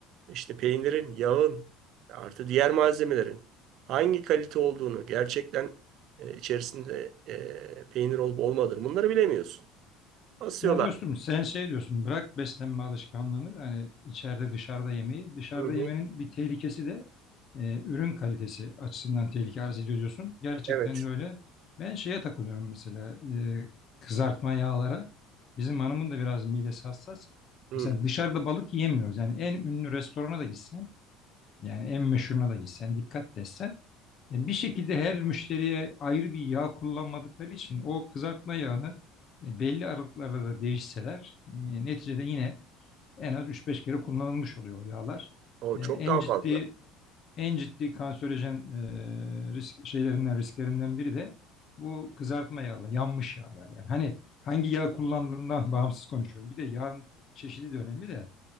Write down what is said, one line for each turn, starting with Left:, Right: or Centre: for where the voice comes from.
Right: işte peynirin, yağın artı diğer malzemelerin hangi kalite olduğunu gerçekten e, içerisinde e, peynir olup olmadığını bunları bilemiyorsun. Asıyorlar.
Left: Ya dostum
Right: yani.
Left: sen şey diyorsun bırak beslenme alışkanlığını hani içeride dışarıda yemeği. Dışarıda
Right: Hı hı.
Left: yemenin bir tehlikesi de e, ürün kalitesi açısından tehlike arz ediyor diyorsun. Gerçekten
Right: Evet.
Left: de öyle. Ben şeye takılıyorum mesela e, kızartma yağlara. Bizim hanımın da biraz midesi hassas.
Right: Hı.
Left: Mesela dışarıda balık yemiyoruz. Yani en ünlü restorana da gitsen yani en meşhuruna da gitsen, dikkat desen e, bir şekilde her müşteriye ayrı bir yağ kullanmadıkları için o kızartma yağını e, belli aralıklarla da değişseler e, neticede yine en az üç beş kere kullanılmış oluyor o yağlar.
Right: O
Left: E,
Right: çok
Left: En
Right: daha
Left: ciddi
Right: fazla.
Left: en ciddi kanserojen e, risk şeylerinden risklerinden biri de bu kızartma yağlar, yanmış yağlar yani. Hani hangi yağ kullandığından <laughs> bağımsız konuşuyorum. Bir de yağın çeşidi de önemli de